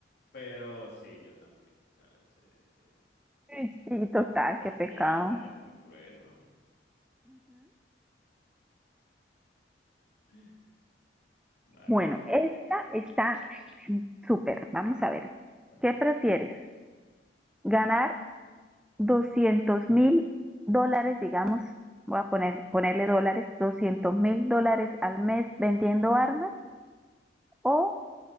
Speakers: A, on the left; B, in the centre.
A: Pero sí, yo también. Claro, ese-
B: Sí, sí, total,
A: eh,
B: qué
A: sería,
B: pecado.
A: sería muy cruel, vamos. <laughs> Vale,
B: Bueno, esta está súper. Vamos a ver.
A: está bueno.
B: ¿Qué prefieres? ¿Ganar doscientos mil dólares, digamos? Voy a poner, ponerle dólares, doscientos mil dólares al mes vendiendo armas o